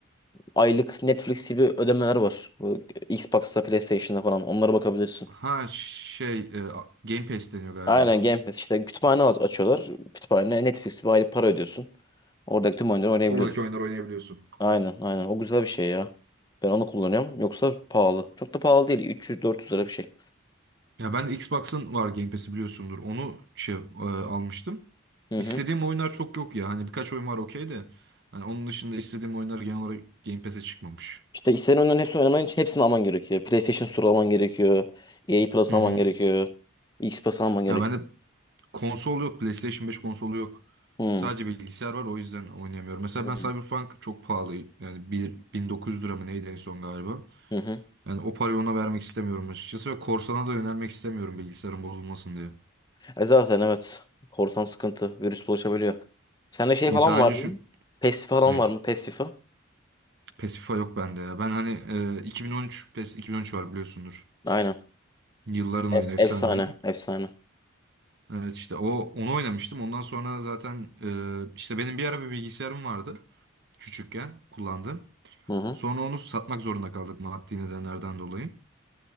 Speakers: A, on the left; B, on the right.
A: aylık Netflix gibi ödemeler var. Bu Xbox'ta, PlayStation'da falan onlara bakabilirsin.
B: Ha şey e, Game Pass deniyor galiba.
A: Aynen Game Pass işte kütüphane aç- açıyorlar. Kütüphane Netflix bir aylık para ödüyorsun. Oradaki tüm oyunları oynayabiliyorsun.
B: Oradaki oyunları oynayabiliyorsun.
A: Aynen aynen o güzel bir şey ya. Ben onu kullanıyorum. Yoksa pahalı. Çok da pahalı değil. 300-400 lira bir şey.
B: Ya ben de Xbox'ın var Game Pass'i biliyorsundur. Onu şey e, almıştım.
A: Hı
B: İstediğim
A: hı.
B: oyunlar çok yok ya. Hani birkaç oyun var okey de. Hani onun dışında istediğim oyunlar genel olarak Game Pass'e çıkmamış.
A: İşte istenen oyunların hepsini oynaman için hepsini alman gerekiyor. PlayStation Store alman gerekiyor. EA Plus
B: Hı
A: alman
B: hı.
A: gerekiyor. X Plus alman gerekiyor.
B: Ya bende konsol yok. PlayStation beş konsolu yok.
A: Hmm.
B: Sadece bilgisayar var o yüzden oynayamıyorum. Mesela
A: Hı
B: ben
A: hı.
B: Cyberpunk çok pahalı. Yani bir, 1900 lira mı neydi en son galiba.
A: Hı hı.
B: Yani o parayı ona vermek istemiyorum açıkçası. Ve korsana da yönelmek istemiyorum bilgisayarın bozulmasın diye.
A: E zaten evet. Korsan sıkıntı. Virüs bulaşabiliyor. Sende şey
B: E,
A: falan
B: Daha
A: var
B: önce
A: mı?
B: şu...
A: PES falan
B: Ne?
A: var mı? PES FIFA.
B: Pasify yok bende ya. Ben hani e, 2013 PES iki bin on üç var biliyorsundur.
A: Aynen.
B: Yılların
A: E-
B: oyunu, efsane
A: efsane.
B: oyun.
A: Efsane.
B: Evet işte o onu oynamıştım. Ondan sonra zaten e, işte benim bir ara bir bilgisayarım vardı küçükken kullandığım.
A: Hı hı.
B: Sonra onu satmak zorunda kaldık maddi nedenlerden dolayı.